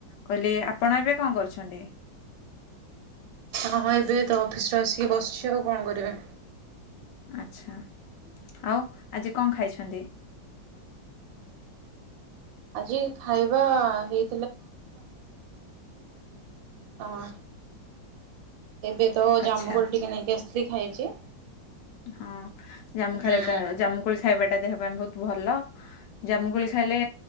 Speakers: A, on the left; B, on the right.
A: କହିଲେ ଆପଣ ଏବେ କଣ କରୁଛନ୍ତି?
B: ହଁ ହଁ ଏବେ ତ ଅଫିସରୁ ଆସିକି ବସିଛି ଆଉ କଣ କରିବି।
A: ଆଚ୍ଛା। ଆଉଁ ଆଜି କଣ ଖାଇଛନ୍ତି? ହଁ
B: ଆଜି ଖାଇବା ହେଇ ଆଃ। ଏବେ ତ ଜାମୁ
A: ଆଚ୍ଛା
B: କୋଳି ଟିକେ ନେଇକି ଆସିଥିଲି ଖାଇଛି।
A: ହଁ ଜାମୁ ଖାଇଲେ
B: ହୁଁ।
A: ଖା ଜାମୁ କୋଳି ଖାଇବା ଟା ଦେହ ପାଇଁ ବହୁତ ଭଲ। ଜାମୁ କୋଳି ଖାଇଲେ